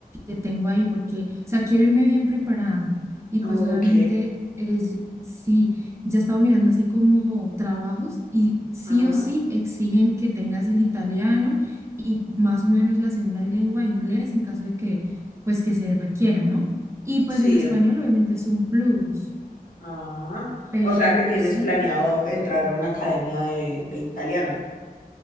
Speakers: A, on the right; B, on the left.
A: que tengo ahí, porque, o sea, quiero irme bien preparada. Y pues
B: Ok.
A: obviamente, es, sí, ya estaba mirando así como trabajos y sí
B: Ah,
A: o sí exigen que tengas el italiano y más o menos la segunda lengua inglés en caso de que, pues que se requiera, ¿no? Y pues
B: sí.
A: el español obviamente es un plus,
B: Ah.
A: pero
B: O sea que tienes
A: sí.
B: planeado entrar a una academia de, de italiano.